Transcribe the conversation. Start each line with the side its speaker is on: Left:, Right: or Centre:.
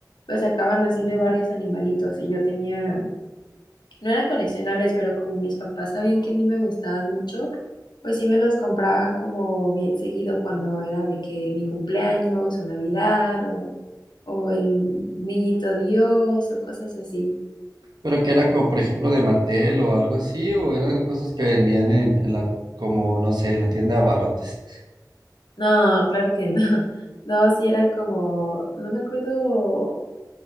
Left: pues sacaban así de varios animalitos y yo tenía, no eran coleccionables, pero como mis papás sabían que a mí me gustaban mucho, pues sí me los compraban como bien seguido cuando era de que mi cumpleaños o Navidad o, o el niñito Dios o cosas así.
Right: pero que eran como, por ejemplo, de Mattel o algo así, o eran cosas que vendían en, en la, como, no sé, en la tienda de abarrotes.
Left: No, claro que no. <laughs> No, sí eran como, no me acuerdo.